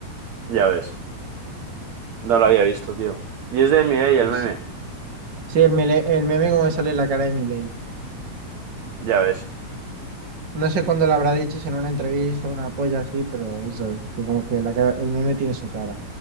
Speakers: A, on the right (about 60°); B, on the right (about 35°).
A: Ya ves. No lo había visto, tío. Y es de Mireille
B: Pues,
A: el meme.
B: sí, el, mele- el meme como me sale la cara de Milei.
A: Ya ves.
B: No sé cuándo lo habrá dicho, si en una entrevista o una polla así, pero eso, que como que la cara- el meme tiene su cara.